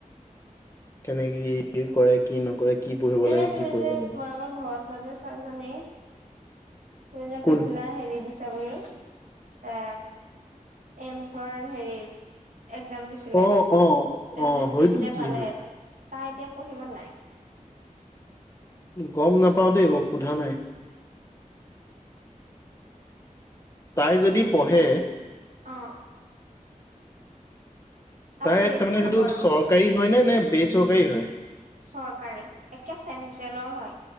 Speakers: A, on the left; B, on the right.
A: তেনেকেই কি কৰে, কি নকৰে কি পঢ়িব
B: এনে
A: লাগে
B: তুমি
A: কি পঢ়িব
B: যে
A: নালাগে
B: তোমালোকৰ ঘৰৰ ওচৰ ওচৰৰ যে ছোৱালীজনী, তুমি যে
A: কোন
B: কৈছিলা হেৰি দি লে বুলি, এ এইমচৰ হেৰি একজাম দিচ ছিলে,
A: অ', অ',
B: তাই
A: অ',
B: যে
A: হয়তো
B: চিট যে
A: কি
B: পালে
A: হয়
B: তাই এতিয়া পঢ়িব নাই?
A: গম নাপাও দেই, মই সোধা নাই। তাই যদি পঢ়ে
B: অ।
A: তাই
B: বি এছ
A: তাৰ মানে
B: চি হ'ব
A: সেইটো
B: আৰু
A: চৰকাৰী হয় নে নে বেচৰকাৰী হয়?
B: চৰকাৰী, একে চেন্ট্ৰেলৰ হয়।